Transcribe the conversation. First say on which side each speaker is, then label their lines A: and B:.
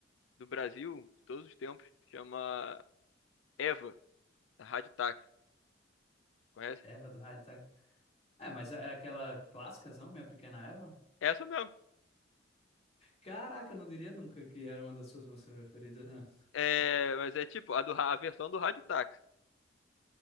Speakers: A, on the left; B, on the left.
A: do Brasil, de todos os tempos, chama Eva, da Rádio Táxi. Conhece?
B: Eva do rádio, tá? É, mas é é aquela clássicazão, Minha Pequena Eva.
A: É Essa mesmo.
B: Caraca, eu não diria nunca que era uma das suas músicas preferidas, né?
A: É, mas é tipo, a, do, ra- a versão do Rádio Táxi.